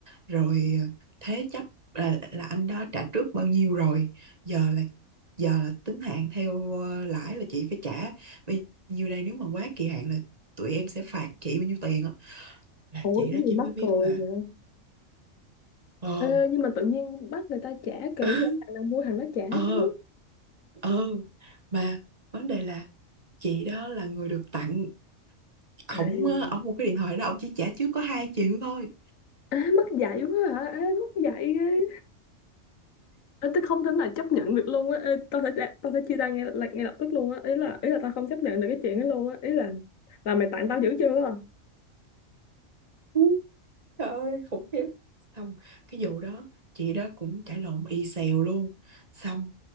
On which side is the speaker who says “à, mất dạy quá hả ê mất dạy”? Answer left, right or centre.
Left